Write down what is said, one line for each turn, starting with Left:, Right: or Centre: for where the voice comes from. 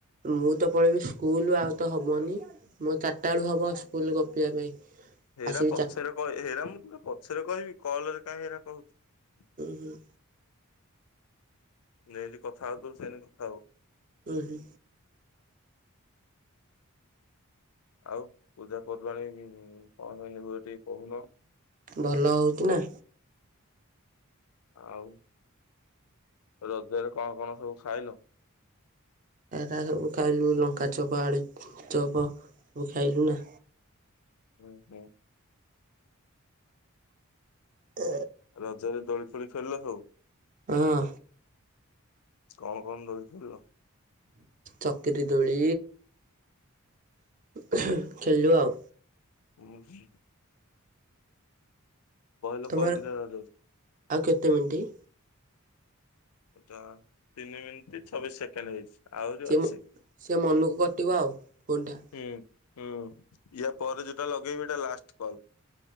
Right: ମୁଁ ତ ପଳେଇବି ସ୍କୁଲ। ଆଉ ତ ହବନି ମତ୍ ଚାର୍ ଟାଳୁ ହବ ସ୍କୁଲ ଗ ପିଆ ପାଇଁ।
Left: ହେରା
Right: ଆସିବି
Left: ପଛରେ
Right: ଚାର
Left: କ ହେରା ମୁଁ ପୁରା ପଛରେ କହିବି କଲରେ କାହିଁ ହେରା କହୁଛି।
Right: ଉହୁଁ।
Left: ନଠି କଥା ହଉ ସେନ କଥା ହଉ।
Right: ହୁ ହୁ।
Left: ଆଉ ପୂଜା ପର୍ବାଣୀ କଣ କହିଲିବୁ ଏ ଟିକେ କହୁନ?
Right: ଭଲ ହଉଚ ନା।
Left: ଆଉ ରଗରେ। କଣ କଣ ସବୁ ଖାଇଲ?
Right: ଏଟା ସବୁ ଖାଇଲୁ ଲଙ୍କା ଚପ ଆଳୁ ଚପ ସବୁ ଖାଇଲୁ ନା।
Left: ହୁଁ ହୁଁ।
Right: ହ
Left: ହଜରେ ଦୋଳି ଫୋଳି ଖେଳିଲ ହଉ।
Right: ହଁ।
Left: କଣ କଣ ରରିଥିଲିଲ।
Right: ଚକିରିୀ ଦୋଳି ଖେଳିଲୁ ଆଉ।
Left: ହୁଁ ହୁଁ। ଲୋକ
Right: ତମର
Left: ହେଇଥିଲେ ରଜକୁ
Right: ଆଉ କେତେ ମିନଟି।
Left: ଏଟା ତିନି ମିନିଟ୍ ଛବିଶ ସେକେଣ୍ଡ ହେଇଛି। ଆହୁରି
Right: ସେ
Left: ଅଛି
Right: ସେ ମନକୁ କଟିବ ଆଉ ଫୋନ୍ ଟା।
Left: ହୁଁ ହୁଁ ୟା ପରେ ଯଉଟା ଲଗେଇବି। ଲାଷ୍ଟେ କଲ।